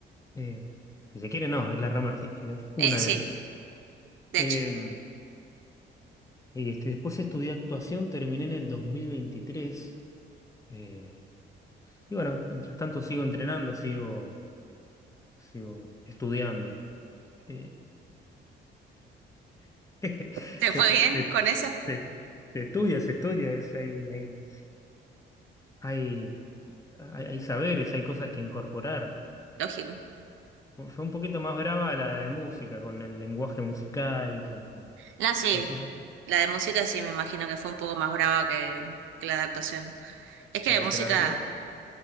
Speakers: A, on the left; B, on the right.
A: Eh, si se quiere, no, es la rama artística. Una
B: Eh, sí,
A: de las.
B: de
A: Eh,
B: hecho,
A: y este, después estudié actuación, terminé en el 2023. eh, y bueno, mientras tanto sigo entrenando, sigo, sigo estudiando. Eh, <laughs> se,
B: ¿te fue bien
A: se-
B: con esa?
A: se- se estudia, se estudia, es, hay, hay, hay hay, hay saberes, hay cosas que incorporar.
B: Lógico.
A: Fue un poquito más brava la de música, con el lenguaje musical, con...
B: No, sí,
A: Entonces,
B: la de música sí me imagino que fue un poco más brava que, que la de actuación. Es que
A: eh,
B: música,
A: te la arreglo.